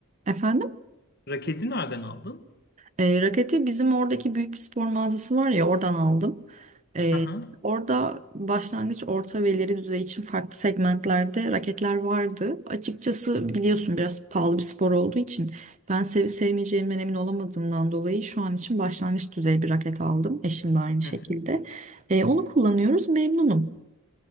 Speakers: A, on the right; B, on the left.
A: Efendim?
B: Raketi nereden aldın?
A: E, raketi bizim oradaki büyük bir spor mağazası var ya oradan aldım. E,
B: Hı hı.
A: orada başlangıç, orta ve ileri düzey için farklı segmentlerde raketler vardı. Açıkçası biliyorsun biraz pahalı bir spor olduğu için ben sevip sevmeyeceğimden emin olamadığımdan dolayı şu an için başlangıç düzey bir raket aldım. Eşim de aynı şekilde.
B: Hı hı.
A: E, onu kullanıyoruz memnunum.